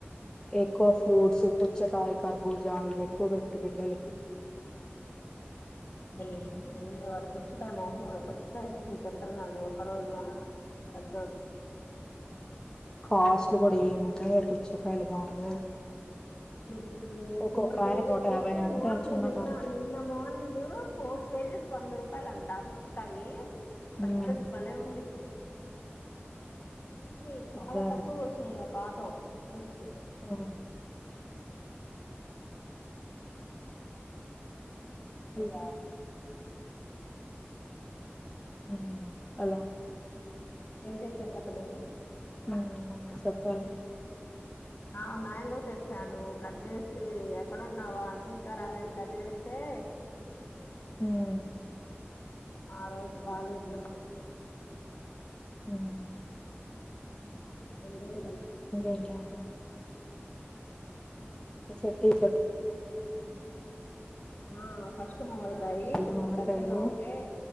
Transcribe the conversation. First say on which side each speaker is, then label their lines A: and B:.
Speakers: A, on the left; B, on the left.
A: ఎక్కువ ఫ్రూట్స్ పుచ్చకాయ్ కర్బూజా ఇవి ఎక్కువ పెట్టు పిల్లలకి
B: అ ఉన్నయ్ వాడు పుచ్చుకాయ మొహం వోడు పుచ్చకాయ తింటున్నాడు ఒక్క రోజులోనే పెద్దోడు
A: కాస్ట్లు కూడా ఏమున్నాయో పుచ్చకాయలు బాబోయ్
B: దు ఇ
A: ఒక్కొక్కాయ
B: ఫోర్ కేజెస్
A: నూట
B: వస్తే
A: యాభై అంటే
B: మార్నింగ్
A: చిన్నకాయ
B: నిన్న నిన్న మార్నింగు ఫోర్ కేజెస్ వంద రూపాయలు అంట పుచ్చ కయి పెద్దది
A: ఉమ్
B: భలే ఉంది అన్నీ చాలా
A: అదే
B: తక్కువగా వచ్చినయి ఒక ఆటో ఫ్రూట్
A: అ హలో హ్మ్ అలా
B: ఏంటే సంగతులు
A: హలో చెప్పాలి
B: ఆ మ్యాంగో తెచ్చాను్ కట్ చేసి ఎక్కడన్నావా అని ఇంకా రాలేట్ కట్ చేస్తే
A: హ్మ్
B: ఆ రోజు బాాలేదు మీకు
A: హ్మ్
B: అడి
A: ఇంకేంటి సంగతులు అ చెప్తూ <unintelligible>
B: ఆ ఫస్ట్ మావిడ కాయి
A: ఈ
B: కొంచెం
A: మామిడికాయలు
B: పెద్దగా ఉంటే